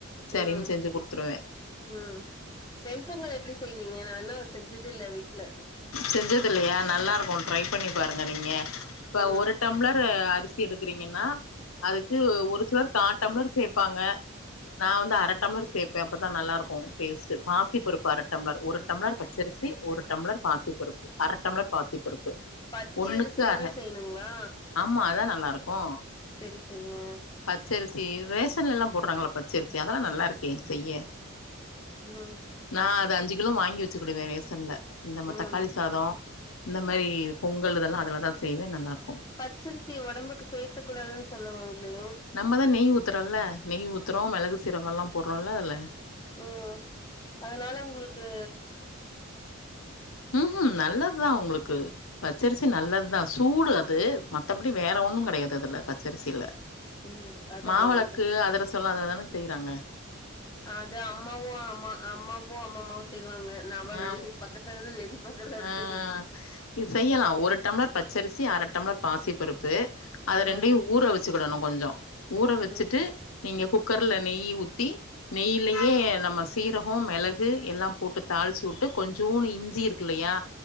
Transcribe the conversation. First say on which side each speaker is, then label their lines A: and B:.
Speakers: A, on the left (about 85°); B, on the left (about 20°).
A: செரின்
B: ம்
A: செஞ்சு குடுத்துருவே
B: ம் வெண் பொங்கல் எப்டி செய்வீங்க நா ஆனா செஞ்சதே இல்ல வீட்ல
A: செஞ்சது இல்லியா நல்லா இருக்கே ட்ரை பண்ணி பாருங்க நீங்க இப்ப
B: ம்
A: ஒரு டம்ளர் அரி சி எடுக்கறீங்கன்னா அதுக்கு ஒரு சிலர் கா டம்பளர் சேர்ப்பாங்க நா வந்து அரட்டம்ளர் சேப்பன் அப்பதா நல்லா இருக்கோ டேஸ்ட் பாசிப்பருப்பு அர டம்பளர் ஒருத் டம்ளர் பச்சரிசி ஒரு டம்ளர் பாசிப்பருப்பு அர டம்ளர் பாசிப்பருப்பு
B: பச்சரிசிலதா
A: ஒன்னுக்கு அர
B: செய்யணுங்களா
A: ஆமா அதா நல்லார்க்கு
B: செரி செரிங்க
A: பச்சரிசி ரேஷன்லல்லாம் போர்றாங்கல்ல பச்சரிசி அதலா நல்லாருக்கே செய்ய
B: ம்
A: நா அத அஞ்சு கிலோ வாங்கி வெச்சுகிடுவே ரேசன்ல இன் நம்ம
B: ம்
A: தக்காளி சாதோ இந்த மேரி பொங்கல் இதெல்லா அதுலதா செய்வே நல்லாருக்கு
B: ச்சரிசி ஒடம்புக்கு சேத்தக் கூடாதுன் சொல்லுவாங்லே
A: நம்பதா நெய் ஊத்தறல்ல நெய் ஊத்றோ மெளகு சீரகல்லா போட்றோல்ல அதல
B: ம் அதனால உங்ளுக்கு
A: ம் ம் நல்லத்தா உங்ளுக்கு பச்சரிசி நல்லத்தா சூடு அது மத்தப்டி வேற ஒன்னுங் கெடையாது அதுல பச்சரிசில
B: ம் அதா
A: மாவெளக்கு
B: அதா அதா
A: அதுரசலா அதுலதானே செய்றாங்க
B: அது அம்மாவு அம்மா அம்மாவு அம்மம்மாவு செய்வாங்க நாம
A: ஆ
B: வீகிப் பக்கத்துலது வேடிக் பாக்கறதோட
A: ஆ
B: செரி
A: இது செய்யலா ஒரு டம்ளர் பச்சரிசி அர டம்ளர் பாசிப்பருப்பு அத
B: ஆமாங்க
A: ரெண்டையு ஊற வெச்சுக்கிடணு கொஞ்சோ ஊற வெச்சுட்டு
B: ம்
A: நீங்க குக்கர்ல நெய்யி ஊத்தி நெய்யிலயே நம்ம சீரகோ மெளகு எல்லாம் போட்டுத் தாளிச்சு வுட்டு கொஞ்சூனு இஞ்சி இருக்கில்லையா